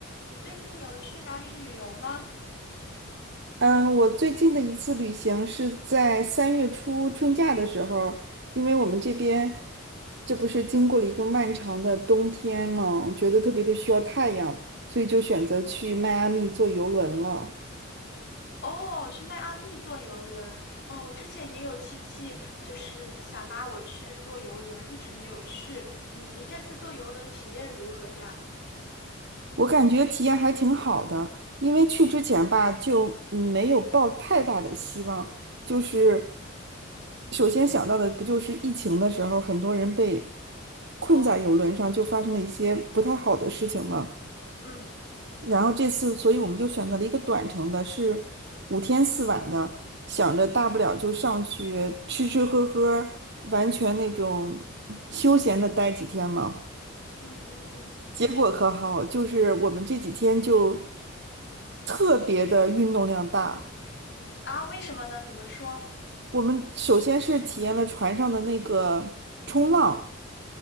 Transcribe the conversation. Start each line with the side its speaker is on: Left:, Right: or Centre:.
Left: 你最近有去哪里旅游吗？
Right: 嗯，我最近的一次旅行是在三月初春假的时候，因为我们这边这不是经过了一个漫长的冬天嘛，觉得特别的需要太阳，所以就选择去迈阿密坐游轮了。
Left: 嗯，哦，去迈阿密坐游轮。嗯，我之前也有亲戚就是想拉我去坐游轮，一直没有去。你你这次坐游轮体验如何呀？
Right: 我感觉体验还挺好的，因为去之前吧，就嗯没有抱太大的希望，就是首先想到的不就是疫情的时候，很多人被困在游轮上，
Left: 哦，对，
Right: 就发生了一些不太好的事情嘛。
Left: 嗯
Right: 然后这次，所以我们就选择了一个短程的，是五天四晚的，想着大不了就上去吃吃喝喝，完全那种休闲的待几天嘛。
Left: 嗯嗯嗯，
Right: 结果可好，就是我们这几天就特别的运动量大。
Left: 啊，为什么呢？怎么说？
Right: 我们首先是体验了船上的那个冲浪，